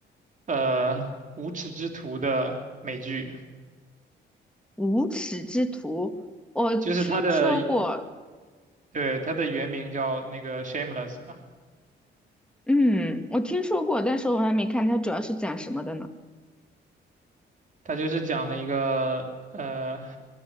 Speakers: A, on the right; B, in the centre.
A: 呃《无耻之徒》的美剧，
B: 无耻之徒，我听说过，
A: 就是它的对它的原名叫那个 Shameless 嘛，
B: 嗯，我听说过，但是我还没看。它主要是讲什么的呢？
A: 它就是讲了一个呃